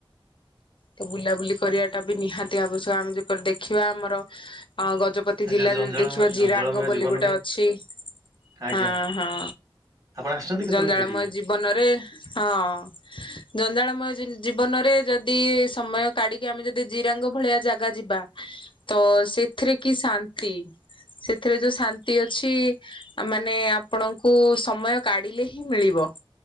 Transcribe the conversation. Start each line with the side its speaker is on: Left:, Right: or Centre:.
Left: ତ ବୁଲାବୁଲି କରିବା ଟା ବି ନିହାତି ଆବଶ୍ୟକ ଆମେ ଯେପରି ଦେଖିବା ଆମର। ହଁ ଗଜପତି
Right: ଆଚ୍ଛା
Left: ଜିଲ୍ଲା
Right: ଜଞ୍ଜାଳମୟ
Left: ଯଦି ଦେଖିବା ଜିରାଙ୍ଗ
Right: ଜଞ୍ଜାଳମୟ
Left: ବୋଲି
Right: ଜୀବନରେ
Left: ଗୋଟେ ଅଛି
Right: ଆଜ୍ଞା
Left: ହଁ ହଁ
Right: ଆପଣ ଆସିଛନ୍ତି କେତେବେଳେ
Left: ଜଞ୍ଜାଳମୟ
Right: ସେଇଠିକି?
Left: ଜୀବନରେ ହଁ। ଜଞ୍ଜାଳମୟ ଜିନ୍ ଜୀବନରେ ଯଦି। ଯଦି ସମୟ କାଢିକି ଆମେ ଯଦି ଜିରାଙ୍ଗ ଭଳିଆ ଜାଗା ଯିବା ତ ସେଥିରେ କି ଶାନ୍ତି। ଏଥିରେ ଯୋଉ ଶାନ୍ତି ଅଛି। ମାନେ ଆପଣଙ୍କୁ ସମୟ କାଢିଲେ ହିଁ ମିଳିବ